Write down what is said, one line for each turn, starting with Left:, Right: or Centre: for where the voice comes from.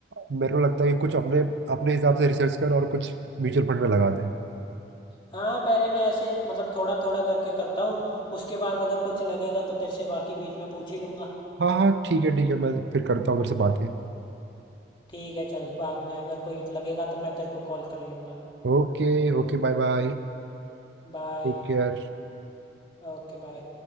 Right: मेरे को लगता है कि कुछ अपने अपने हिसाब से रिसर्च कर और कुछ म्यूचुअल फंड में लगा दे
Left: हाँ पहले मैं ऐसे मतलब थोड़ा थोड़ा करके करता हूँ उसके बाद अगर कुछ लगेगा तो तेरे से बाकी बीच में पूछ ही लूँगा
Right: हाँ हाँ ठीक है ठीक है मैं फिर करता हूँ मेरे से बातें
Left: ठीक है चल बाद में अगर कोई लगेगा तो मैं तेरे को कॉल कर लूँगा
Right: Okay Okay bye bye
Left: बाय
Right: Take care
Left: Okay bye